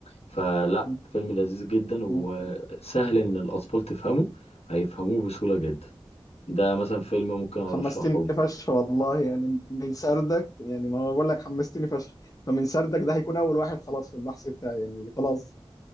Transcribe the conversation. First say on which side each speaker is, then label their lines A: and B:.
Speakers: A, on the left; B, on the left.
A: فلا
B: مم.
A: فيلم لذيذ جدا وسهل
B: مم.
A: ان الاطفال تفهمه هيفهموه بسهولة جدا ده مثلا فيلم ممكن ارشحه
B: حمستني فشخ والله يعني من سردك يعني ما أنا بقول لك حمستني فشخ فمن سردك ده هيكون اول واحد خلاص في البحث بتاعي يعني خلاص